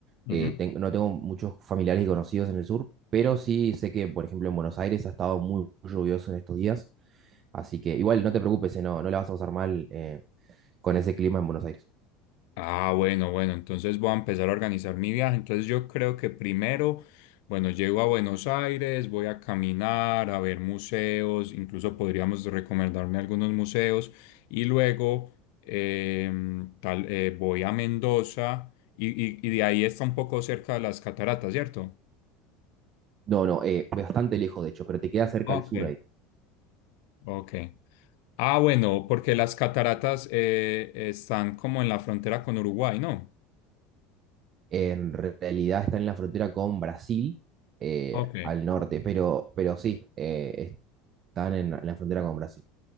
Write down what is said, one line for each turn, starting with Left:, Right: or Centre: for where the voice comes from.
Right: Eh,
Left: Ujú.
Right: ten- no tengo muchos familiares y conocidos en el sur, pero sí sé que, por ejemplo, en Buenos Aires ha estado muy lluvioso en estos días. Así que igual no te preocupes, eh, no, no la vas a pasar mal eh, con ese clima en Buenos Aires.
Left: Ah, bueno, bueno, entonces voy a empezar a organizar mi viaje. Entonces yo creo que primero, bueno, llego a Buenos Aires, voy a caminar, a ver museos, incluso podríamos recomendarme algunos museos y luego em, tal, eh, voy a Mendoza y, y- y de ahí está un poco cerca de las cataratas, ¿cierto?
Right: No, no, eh, bastante lejos, de hecho, pero te queda cerca
Left: Ok,
Right: al sur ahí.
Left: ok. Ah, bueno, porque las cataratas eh, están como en la frontera con Uruguay, ¿no?
Right: en realidad está en la frontera con Brasil eh,
Left: Ok.
Right: al norte, pero, pero sí, eh, están en, en la frontera con Brasil.